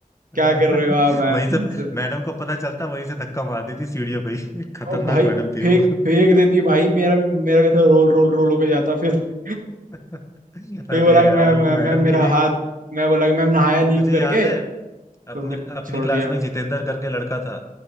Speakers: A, on the left; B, on the right.
A: अ,
B: क्या कर
A: <laughs>
B: रहे हो आप मैम
A: वहीं
B: प्लीज
A: से मैडम को पता चलता वहीं से धक्का मार देती सीढ़ियों पे ही <laughs> खतरनाक
B: और भाई
A: मैडम थी
B: फेंक
A: वो
B: फेंक देती भाई मेरा भी मेरा भी ऐसा रोल रोल रोल होके जाता फिर <laughs>
A: <laughs>
B: फिर
A: अरे
B: बोला कि
A: यार
B: मैम
A: उन
B: मैम
A: मैडम
B: मैम, मेरा
A: की भी
B: हाथ मैं बोला कि मैम नहाया नहीं
A: तुझे
B: हूँ करके
A: याद है
B: तो
A: अपनी
B: फिर
A: अपनी
B: छोड़
A: क्लास
B: दिया
A: में एक जितेंद्र करके लड़का था